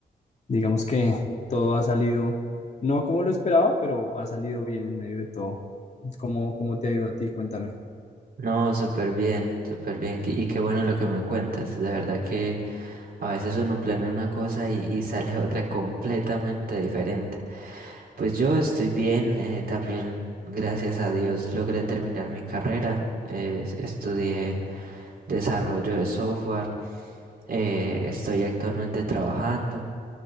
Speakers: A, on the left; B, on the right.
A: digamos que todo ha salido, no como lo esperaba, pero ha salido bien en medio de todo. ¿Cómo, cómo te ha ido a ti? Cuéntame.
B: No, súper bien, súper bien. Y qué bueno lo que me cuentas. De verdad que a veces uno planea una cosa y, y <laughs> sale otra completamente diferente. Pues yo estoy bien, eh, también gracias a Dios logré terminar mi carrera. eh, estudié desarrollo de software. Eh, estoy actualmente trabajando